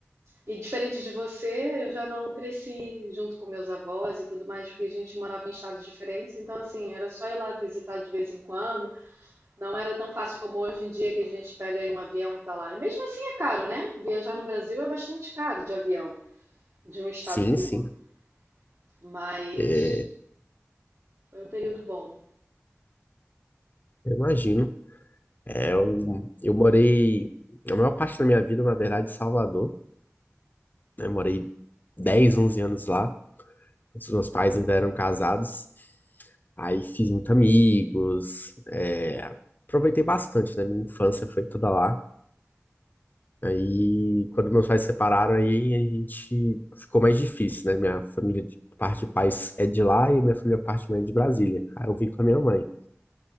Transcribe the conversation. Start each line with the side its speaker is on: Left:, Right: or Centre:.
Right: e diferente de você, eu já não cresci junto com meus avós e tudo mais, porque a gente morava em estados diferentes, então assim, era só ir lá visitar de vez em quando. Não era tão fácil como hoje em dia que a gente pega aí um avião e tá lá. E mesmo assim é caro, né? Viajar no Brasil é bastante caro de avião, de um estado
Left: Sim,
Right: para
Left: sim,
Right: o outro. Mas
Left: é,
Right: foi um período bom.
Left: eu imagino. É, eu, eu morei, a maior parte da minha vida, na verdade, em Salvador. né? morei 10, 11 anos lá, quando os meus pais ainda eram casados. Aí fiz muitos amigos, é, aproveitei bastante, né? Minha infância foi toda lá. Aí, quando meus pais se separaram, aí a gente ficou mais difícil, né? Minha família de parte de pais é de lá e minha família parte de mãe é de Brasília. Aí eu vim com a minha mãe.